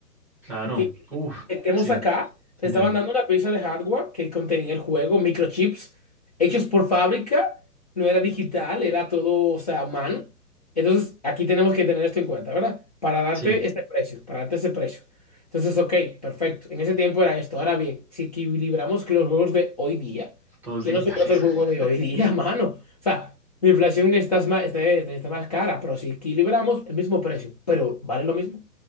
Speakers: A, in the centre; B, on the left.
A: claro.
B: que
A: Uf,
B: estemos
A: sí,
B: acá,
A: te
B: te
A: entiendo.
B: estaban dando una pieza de hardware que contenía el juego, microchips hechos por fábrica, no era digital, era todo, o sea, a mano. Entonces, aquí tenemos que tener esto en cuenta, ¿verdad? Para darte
A: Sí,
B: este precio, para darte ese precio. Entonces, ok, perfecto. En ese tiempo era esto. Ahora bien, si equilibramos con los juegos de hoy día,
A: todos
B: ¿quién
A: digitales.
B: no se puede hacer juego
A: <laughs>
B: de hoy día, <laughs> mano? O sea, la inflación está más, está, está más cara, pero si equilibramos el mismo precio, pero vale lo mismo.